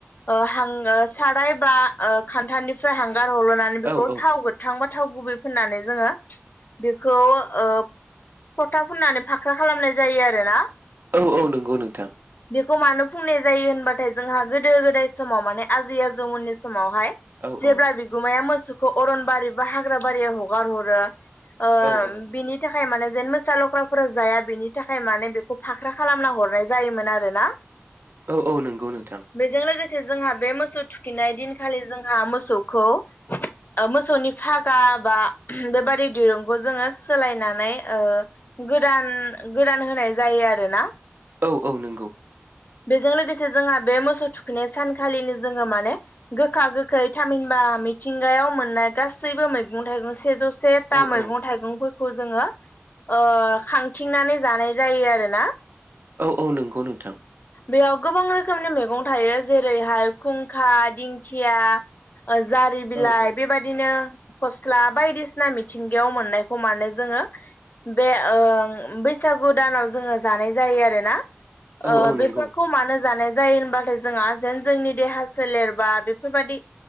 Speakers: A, on the left; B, on the right.
A: ओ हां ओ साराय बा ओ खान्थालनिफ्राय हां गार हरल'नानै बेखौ
B: औ
A: थाव गोथांबा थाव गुबै फोनानै जोङो बेखौ ओ फथा फुननानै फाख फाख्रा खालामनाय जायो आरोना बे
B: औ औ नंगौ नोंथां
A: बेखौ मानो फुननाय जायो होनबाथाय जोंहा गोदो गोदाय समाव माने आजै आजौमोननि समावहाय
B: औ औ
A: जेब्ला बिगुमाया मोसौखौ अरनबारि बा हाग्रा बारियाव हगार हरो अओ
B: औ औ
A: बिनि थाखाय थाखाय माने जेन मोसा लख्राफोरा जाया बेनि थाखाय माने बेखौ फाख्रा खालामना हरनाय जायोमोन आरोना
B: औ औ नंगौ नोंथां
A: बेजों लोगोसे जोंहा बे मोसौ थुखैनाय दिनखालि जोंहा मोसौ मोसौखो ओ मोसौनि फागा बा ओम बेबादि दिरुं बेखौ जोङो सोलायनानै ओ गोदान गोदान होनाय जायो आरोना
B: औ औ नंगौ
A: बेजों लोगोसे जोंहा बे मोसौ थुखैनाय सानखालिनो जोङो माने गोखा गोखै थामहिनबा मिथिंगायाव मोननाय गासैबो मैगं थाइगं सेजौ से था
B: औ
A: मैगं
B: औ
A: फोरखौ जोङो ओ खांथिंनानै जानाय जायो आरोना।
B: औ औ नंगौ नोंथां
A: बेयाव गोबां रोखोमनि मैगं थायो जेरैहाय खुंखा, दिंखिया। जारि बिलाइ
B: औ औ
A: बेबादिनो फस्ला बायदिसिना मिथिंगायाव मोननायखौ माने जोङो बे ओ बैसाग बैसागु दानाव जोङो जानाय जायो आरोना। ओ
B: औ औ
A: बेफोरखौ
B: नंगौ
A: मानो जानाय जायो होनबाथाय जोंहा जेन जोंनि देहा सोलेरबा बेफोरबादि